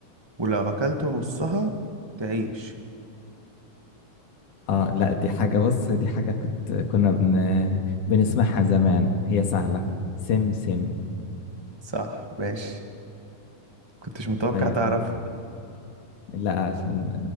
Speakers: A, on the right; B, on the left.
A: ولو اكلت نصها تعيش
B: اه لا دي حاجة بص دي حاجة كنت كنا بن بنسمعها زمان هي سهلة سم سم
A: صح ماشي كنتش متوقع
B: طيب
A: تعرفها
B: لا عشان